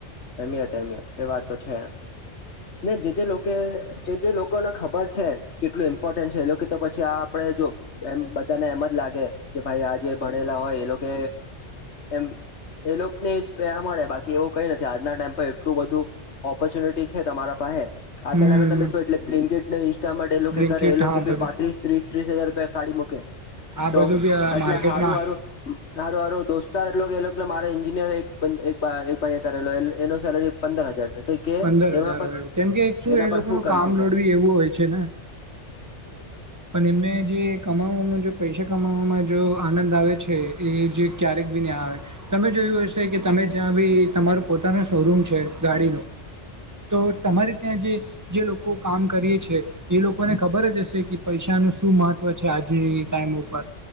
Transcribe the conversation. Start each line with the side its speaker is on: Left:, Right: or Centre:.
Left: અમિયત, અમિયત એ વાત તો છે ને જે જે લોકો જે જે લોકોને ખબર છે કેટલું ઇમ્પોર્ટન્ટ છે, એ લોકો કે તો પછી આ આપડે જો એમ બધાને એમ જ લાગે કે ભાઈ આજે ભણેલા હોય એ લોકો એમ એ લોકોને પેરા મળે બાકી એવું કઈ નથી આજના ટાઈમ પર એટલું બધું ઓપોર્ચ્યુનિટી છે, તમારા પાંહે આજના
Right: હમ
Left: ટાઈમે તમે જો એટલે બ ને ઇન્સ્ટાટ <unintelligible> એ લોકો
Right: બ્લિંકટ
Left: કરે એ લોકો
Right: હા બધું
Left: પાંત્રીસ ત્રીસ, ત્રીસ હજાર રૂપિયા <unintelligible> મૂકે
Right: આ
Left: તો
Right: બધું બી
Left: એટલે
Right: માર્કેટમાં
Left: સારું, સારું, સારું, સારું દોસ્તાર એટલો કે એટલે મારે એન્જિનિયર એક, એક, એક, ભાઈ કરેલો એનો સેલરી પંદર હજાર છે કઈ કે
Right: પંદર
Left: એના
Right: હજાર
Left: પર
Right: હોય કેમકે શું
Left: એના
Right: એ
Left: પર
Right: લોકો ન
Left: કરી
Right: કામ
Left: શકે
Right: <unintelligible> એવું હોય છે, ને
Left: <unintelligible>
Right: <unintelligible> એમને જે કમાવામાં પૈસા કમાવામાં જો આનંદ આવે છે, એ જે ક્યારેક બી તમે જોયું હશે કે તમે જ્યાં ભી તમારો પોતાનો શોરૂમ છે, ગાડી નો તો તમારે ત્યાં જે જે લોકો કામ કરી છે, એ લોકોને ખબર જ હશે કે પૈસા નુ શું મહત્વ છે આજ ટાઈમ ઉપર